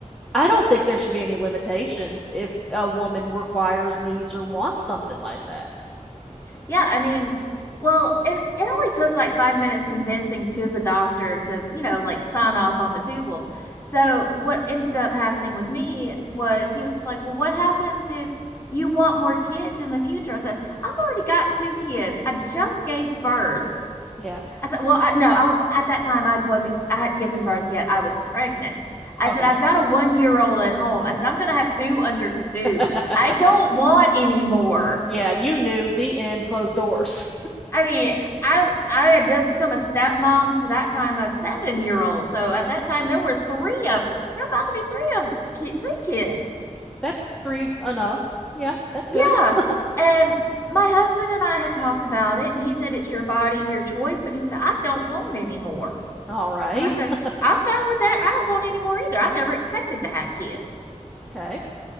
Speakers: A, in the centre; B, on the left.
A: I don't think there should be any limitations if a woman requires, needs or wants something like that.
B: Yeah, I mean, well, it it only took like five minutes convincing to the doctor to, you know, like sign off on the tubal. So what ended up happening with me was he was just like, Well, what happens if you want more kids in the future? I said, I've already got two kids. I just gave birth.
A: Yeah.
B: I said, Well, I no, I at that time I wasn't I hadn't given birth yet. I was pregnant. I
A: Okay.
B: said, I've got a one year old at home. I said, I'm gonna have two under two.
A: <laughs>
B: I don't want any more.
A: yeah, you knew the end closed doors.
B: I mean, I I had just become a stepmom to that time a seven year old. So at that time there were three of there were about to be three of ki- three kids.
A: That's three enough. Yeah, that's
B: Yeah,
A: good. <laughs>
B: and my husband and I had talked about it, and he said it's your body, your choice. But he said I don't want any more,
A: All right.
B: and I said
A: <laughs>
B: I'm fine with that. I don't want any more either. I never expected to have kids,
A: Okay.